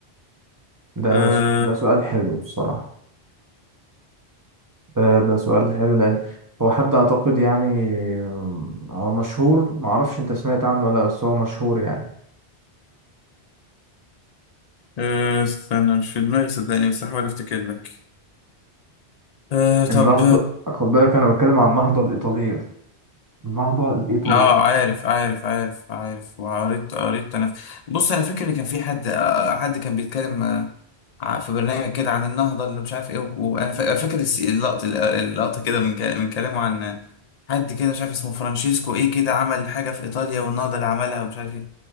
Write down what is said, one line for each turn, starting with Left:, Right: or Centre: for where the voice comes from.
Right: ده
Left: أه
Right: س- ده سؤال حلو الصراحة ده ده سؤال حلو لأن هو حد أعتقد يعني آم، هو مشهور معرفش أنت سمعت عنه ولا لأ، بس هو مشهور يعني
Left: أه استنى مش في دماغي صدقني بس هحاول افتكر لك أه طب
Right: النهضة خد بالك أنا بتكلم عن النهضة الإيطالية النهضة الإيطالي
Left: اه عارف عارف عارف عارف وقريت قريت انا بص انا فاكر ان كان في حد آه، حد كان بيتكلم آه، ع- في برنامج كده عن النهضه اللي مش عارف ايه وانا فا- فاكر الس- اللقطه اللقطه كده من ك- من كلامه عن حد كده مش عارف اسمه فرانشيسكو ايه كده عمل حاجه في ايطاليا والنهضه اللي عملها ومش عارف ايه